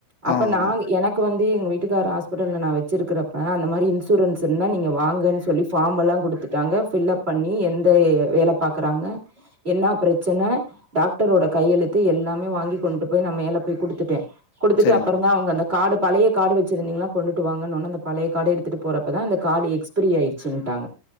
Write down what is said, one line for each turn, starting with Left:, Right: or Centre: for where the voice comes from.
Right: அப்ப
Left: ஆமா மேடம்
Right: நாங்க எனக்கு வந்து எங்க வீட்டுக்கார ஹாஸ்பிட்டல்ல நா வச்சிருக்கறப்ப அந்த மாரி இன்சூரன்ஸ் இருந்தா நீங்க வாங்கன்னு சொல்லி ஃபார்மெல்லா குடுத்துட்டாங்க ஃபில்லப் பண்ணி எந்த வேலை பாக்குறாங்க என்னா பிரச்சன டாக்டரோட கையெழுத்து எல்லாமே வாங்கி கொண்டு போய் நா மேல போயி குடுத்துட்டே குடுத்துட்டு
Left: சரிங்க
Right: அப்புறந்தா
Left: மேடம்
Right: அவங்க அந்த கார்டு பழைய கார்டு வச்சிருந்தீங்கன்னா கொண்டுட்டு வாங்கன்ன ஒன்னே பழைய கார்டு எடுத்துட்டு போறப்போதா அந்த கார்டு எக்ஸ்பிரி ஆயிடுச்சுன்ட்டாங்க